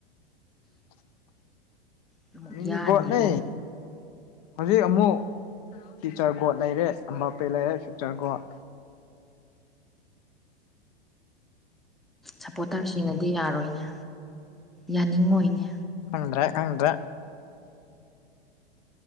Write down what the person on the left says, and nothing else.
<inaudible>
ꯃꯤꯅꯤꯒꯣꯠꯅꯦ
ꯍꯧꯖꯤꯛ ꯑꯃꯨꯛ ꯐꯨꯆꯔ ꯒꯣꯠ ꯂꯩꯔꯦ ꯑꯝꯄꯦ ꯂꯩꯔꯦ ꯐꯤꯆꯔ ꯒꯣꯠ
ꯈꯪꯗ꯭ꯔꯦ ꯈꯪꯗ꯭ꯔꯦ